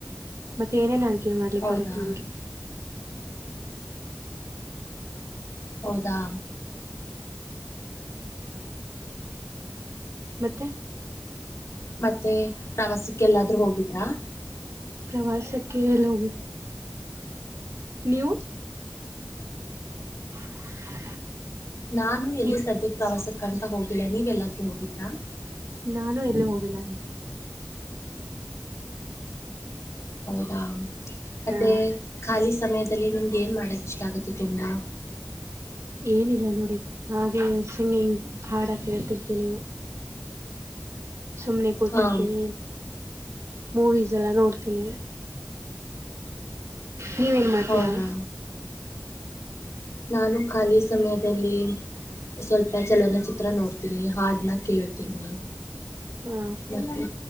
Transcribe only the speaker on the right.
ಮತ್ತೆ ಏನ್ ಅಡಗೆ ಮಾಡ್ಲಿಕ್
ಬರುತ್ತೆ ನಮಗೆ
ಮತ್ತೆ
ಪ್ರವಾಸಕ್ಕೆ ಎಲ್ಲಿ ಹೋಗ ನೀವು <inaudible>
ನೀವು
ನಾನು ಎಲ್ಲ ಹೋಗಿಲ್ಲ
ಹಾ
ಏನಿಲ್ಲ ನೋಡಿ ಹಾಗೆ ಸಿಂಗಿಂಗ್ ಹಾಡ ಕೇಳ್ತಿದ್ದೀನಿ ಸುಮ್ನೆ ಕೂತಿರ್ತೀನಿ
ಮೂವೀಸ್ ಎಲ್ಲ ನೋಡ್ತೀವಿ ನೀವೇನ್ ಮಾಡ್ತೀರಾ
ಹ